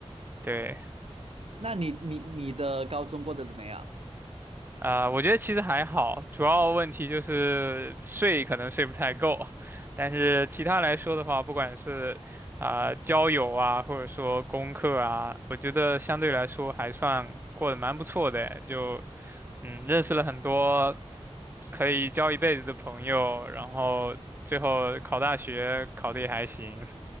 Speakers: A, on the right (about 20°); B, on the right (about 65°).
A: 对。
B: 那你你你的高中过得怎么样？
A: 啊、我觉得其实还好，主要问题就是睡可能睡不太够，但是其他来说的话，不管是啊、交友啊，或者说功课啊，我觉得相对来说还算过得蛮不错的，就嗯认识了很多可以交一辈子的朋友，然后最后考大学考得也还行，